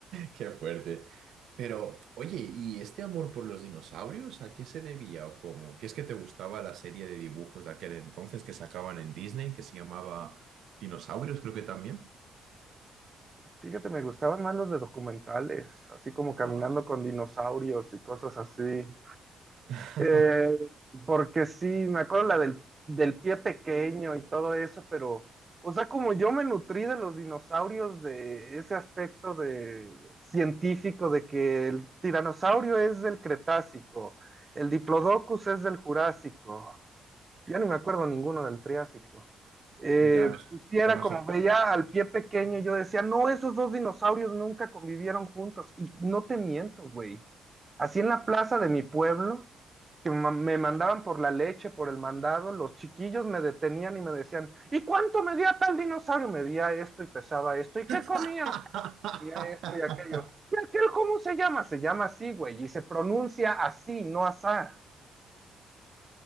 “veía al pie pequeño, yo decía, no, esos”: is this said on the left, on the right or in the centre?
Right